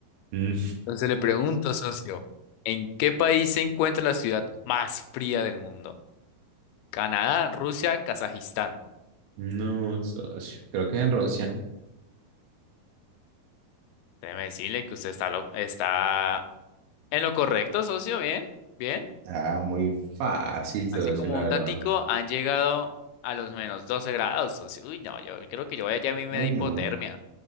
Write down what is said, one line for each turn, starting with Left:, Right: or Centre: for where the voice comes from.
Right: Mm,
Left: Entonces le pregunto, socio, ¿en qué país se encuentra la ciudad más fría del mundo? Canadá, Rusia, Kazajistán.
Right: No, socio. Creo que es en Rusia.
Left: Déjeme decirle que usted está, lo- está En lo correcto, socio, bien, bien.
Right: Ah, muy fácil,
Left: Así
Right: socio,
Left: como
Right: la
Left: un
Right: verdad.
Left: datico, han llegado a los menos 12 grados, socio. Uy, no, yo creo que yo voy allá a mí me
Right: Uy,
Left: da hipotermia.
Right: no.